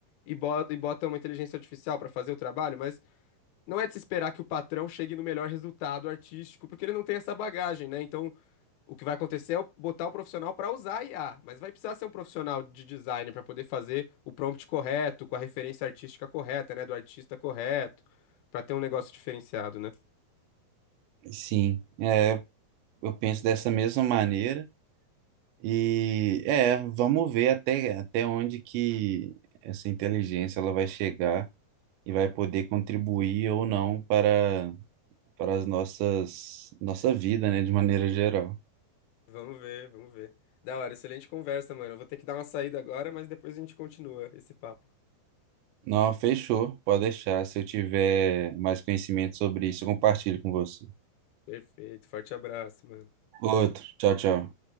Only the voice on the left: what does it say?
e bota, e bota uma inteligência artificial para fazer o trabalho, mas não é de se esperar que o patrão chegue no melhor resultado artístico, porque ele não tem essa bagagem, né, então o que vai acontecer é eu botar o profissional para usar a IA, mas vai precisar ser um profissional de design para poder fazer o prompt correto, com a referência artística correta, né, do artista correto, para ter um negócio diferenciado, né?
Vamos ver, vamos ver. Da hora, excelente conversa, mano. Eu vou ter que dar uma saída agora, mas depois a gente continua esse papo.
Perfeito, forte abraço, mano.